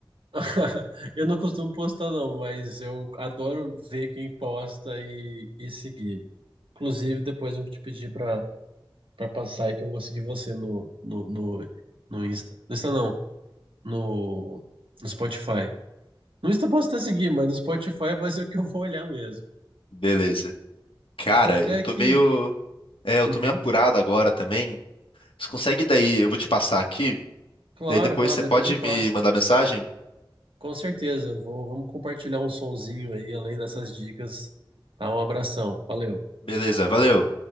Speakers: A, on the right; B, on the left.
A: <laughs> eu não costumo postar, não, mas eu adoro ver quem posta e, e seguir. Inclusive, depois eu vou te pedir para para passar e que eu vou seguir você no, no, no, no Insta. No Insta não, no, no Spotify. No Insta eu posso até seguir, mas no Spotify vai ser o que eu vou olhar mesmo.
B: Beleza. Cara,
A: Eu vou até
B: eu tô
A: aqui.
B: meio. É, eu
A: Uhum.
B: tô meio apurado agora também. Você consegue daí? Eu vou te passar aqui.
A: Claro,
B: Daí depois
A: claro,
B: você
A: depois
B: pode
A: me passa.
B: me mandar mensagem?
A: Com certeza, eu vou, vamos compartilhar um sonzinho aí, além dessas dicas. Tá, um abração. Valeu.
B: Beleza, valeu.